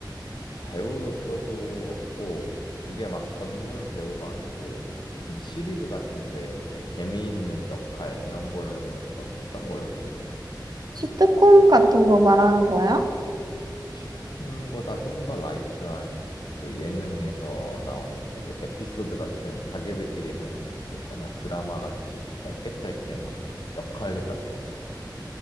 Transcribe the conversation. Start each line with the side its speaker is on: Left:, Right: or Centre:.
Left: 배우로서도 없고 이게 막 전문 배우가 아니고 무슨 시리즈 같은데 이제 재미있는 역할 이런 걸로는 몇 번 했던 걸로 기억나.
Right: 시트콤 같은 거 말하는 거야?
Left: 시트콤보다 좀 더 라이트한 그 예능에서 나오는 되게 에피소드 같은 자기들끼리 하는 그런 거 있잖아. 드라마 같이 짧게 짧게 막 역할극 같은 거.